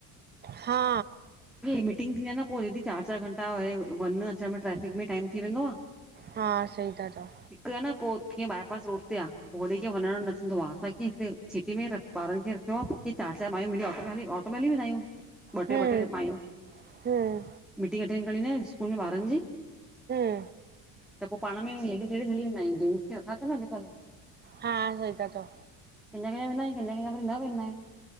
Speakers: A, on the right (about 25°); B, in the centre.
A: हा।
B: मीटिंग थींदी आहे न, पोइ दीदी चारि चारि घंटा वञण अचण में ट्रेफिक में टाइम थी वेंदो आ।
A: हा सही था चओ।
B: हिकु आ न पोइ कीअं बाए पास रोड ते आ। होॾे कीअं वञण न थींदो आहे। असांखे हिते सिटी में ही ॿारनि खे रखिणो आ। पोइ कीअं चार चार माइयूं मिली ऑटो कंदी, ऑटो में हली वेंदा आहियूं ॿ टे,
A: हम्म
B: ॿ टे माँयूं।
A: हम्म
B: मीटिंग अटेंड करणी हूंदी आ न स्कूल में ॿारनि जी।
A: ट <inaudible>
B: त पोइ पाण में लेडीस लेडीस हली वेंदा आहियूं। जेंट्स नथां अचनि अॼुकल्ह।
A: हा, सही था चओ।
B: कॾहिं कॾहिं वेंदा आहियूं। कॾहिं कॾहिं वरी न वेंदा आहियूं।